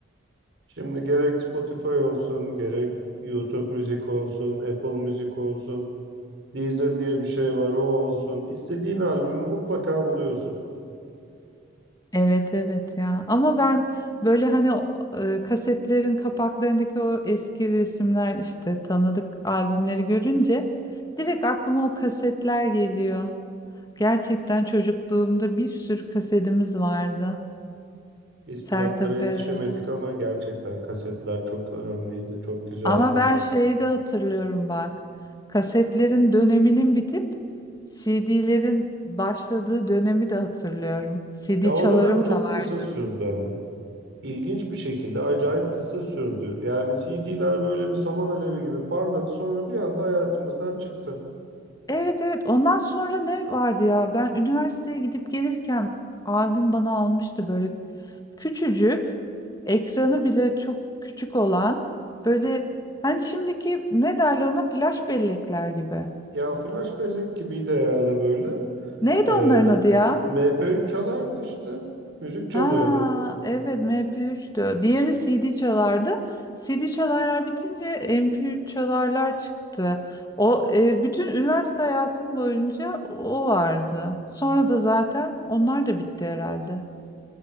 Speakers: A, on the right; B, on the left.
A: Şimdi gerek Spotify olsun, gerek YouTube müzik olsun, Apple müzik olsun, Deezer diye bir şey var o olsun. İstediğin albümü mutlaka buluyorsun.
B: Evet evet ya ama ben böyle hani o, e, kasetlerin kapaklarındaki o eski resimler işte tanıdık albümleri görünce direkt aklıma o kasetler geliyor. Gerçekten çocukluğumda bir sürü kasetimiz vardı.
A: Biz
B: Sertab
A: plaklara yetişemedik
B: Erener.
A: ama gerçekten kasetler çok önemliydi, çok güzeldi.
B: Ama ben şeyi de hatırlıyorum bak. Kasetlerin döneminin bitip CD'lerin başladığı dönemi de hatırlıyorum. CD
A: Ya o
B: çalarım
A: dönem çok
B: da vardı.
A: kısa sürdü ama. İlginç bir şekilde acayip kısa sürdü. Yani CD'ler böyle bir saman alevi gibi parladı sonra bir anda hayatımızdan çıktı.
B: Evet evet ondan sonra ne vardı ya ben üniversiteye gidip gelirken abim bana almıştı böyle küçücük ekranı bile çok küçük olan böyle hani şimdiki ne derler ona flash bellekler gibi.
A: Ya flash bellek gibiydi herhalde böyle.
B: Neydi
A: Ee,
B: onların adı ya?
A: MP3 çalardı işte. Müzik çalıyordu.
B: Ha evet MP3'tü. Diğeri CD çalardı. CD çalarlar bitince MP3 çalarlar çıktı. O e, bütün üniversite hayatım boyunca o vardı. Sonra da zaten onlar da bitti herhalde.